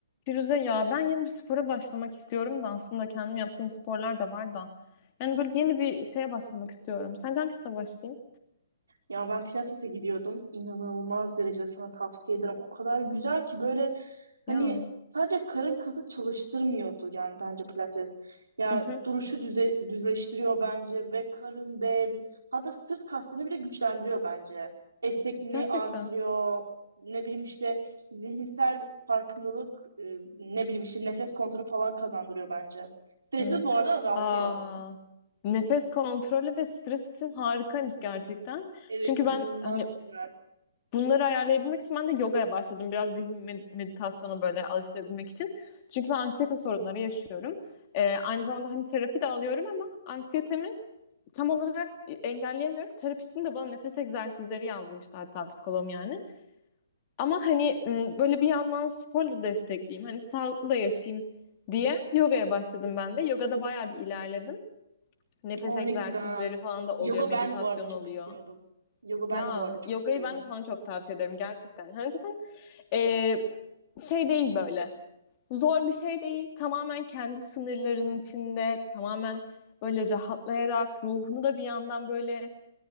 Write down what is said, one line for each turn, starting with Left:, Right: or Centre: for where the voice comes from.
Left: Firuze ya ben yeni bir spora başlamak istiyorum da aslında kendim yaptığım sporlar da var da. Yani böyle yeni bir şeye başlamak istiyorum. Sence hangisine başlayayım?
Right: Ya ben pilatese gidiyordum. İnanılmaz derecede sana tavsiye ederim. O kadar güzel ki böyle hani
Left: Ya.
Right: sadece karın kası çalıştırmıyordu yani bence pilates. Ya
Left: Hı hı.
Right: duruşu düze, düzleştiriyor bence ve karın, bel hatta sırt kaslarını bile güçlendiriyor bence. Esnekliğini
Left: Gerçekten.
Right: artırıyor. Ne bileyim işte zihinsel farkındalık, e, ne bileyim işte nefes kontrolü falan kazandırıyor bence. Stresi
Left: Hı.
Right: bu arada azaltıyor.
Left: Aa, nefes kontrolü ve stres için harikaymış gerçekten.
Right: Evet
Left: Çünkü
Right: inanılmaz
Left: ben hani
Right: güzel.
Left: bunları ayarlayabilmek için ben de yogaya başladım. Biraz zihin med- meditasyona böyle alıştırabilmek için. Çünkü ben anksiyete sorunları yaşıyorum. Ee, aynı zamanda hani terapi de alıyorum ama anksiyetemi tam olarak e, engelleyemiyorum. Terapistim de bana nefes egzersizleri yazmıştı hatta psikologum yani. Ama hani böyle bir yandan sporla destekleyeyim. Hani sağlıklı da yaşayayım diye yogaya başladım ben de. Yogada bayağı bir ilerledim. Nefes
Right: O
Left: egzersizleri
Right: ne güzel.
Left: falan da oluyor.
Right: Yoga
Left: Meditasyon
Right: ben de bu arada çok
Left: oluyor.
Right: istiyordum. Yoga
Left: Ya
Right: ben de bu arada çok
Left: yogayı
Right: istiyorum.
Left: ben de sana çok tavsiye ederim gerçekten. Hani zaten e, şey değil böyle. Zor bir şey değil. Tamamen kendi sınırların içinde. Tamamen böyle rahatlayarak ruhunu da bir yandan böyle